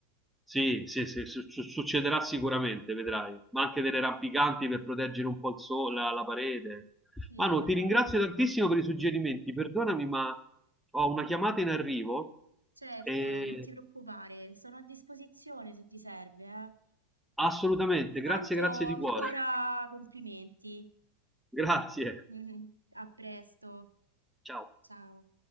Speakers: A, in the centre; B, on the right.
A: Sì, sì, sì, su- su- succederà sicuramente, vedrai, ma anche delle rampicanti per proteggere un po' il sole, la, la parete.
B: Sì,
A: Manu,
B: no.
A: ti ringrazio tantissimo per i suggerimenti, perdonami, ma ho una chiamata in arrivo
B: Certo,
A: e
B: non ti preoccupare, sono a disposizione se ti serve, eh.
A: assolutamente,
B: Intanto
A: grazie, grazie di
B: ancora
A: cuore.
B: complimenti.
A: Grazie,
B: <laughs> A presto,
A: ciao.
B: ciao.